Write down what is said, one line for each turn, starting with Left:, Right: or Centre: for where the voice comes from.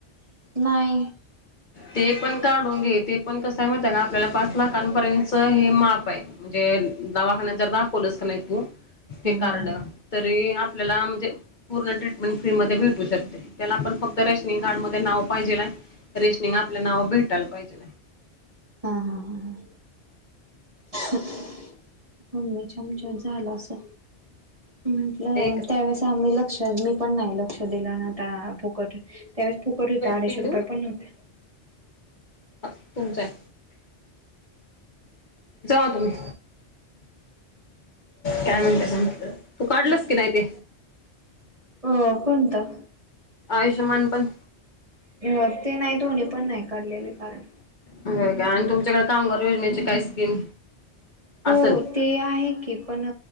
Right: नाय
Left: ते पण काढून घे ते पण कस हाय माहिती आहे का आपल्याला पाच लाखांपर्यंतच हे माप आहे म्हणजे दवाखान्या जर दाखवलस कनाय तू ते कार्ड
Right: हम्म हम्म
Left: तरी आपल्याला म्हणजे पूर्ण ट्रीटमेंट फ्री मध्ये भेटू शकते त्याला आपण फक्त रेशनिंग कार्ड मध्ये नाव पाहिजेलाय तिनं आपलं नाव भेटायला पाहिजे
Right: हा हा हा ह मम्मीच्या आमच्या झाल असल म्हंटल
Left: आहे एक
Right: त्यावेळेस आम्ही लक्षात मी पण नाही लक्ष दिलं न आता फुकट त्यावेळेस फुकट होतं
Left: वेटिंग
Right: अडीचशे रुपये पण नव्हते
Left: अ तुमचं आय जावा तुम्ही काय म्हणतय संपल तू काढलस की नाही ते
Right: अ कोणतं
Left: आयुष्यमान पण
Right: ह्य ते नाही दोन्ही पण नाही काढलेले कार्ड.
Left: व्ह का आणि तुमच्याकडे कामगार योजनेची काय स्कीम.
Right: हो
Left: असेल
Right: ते आहे की पण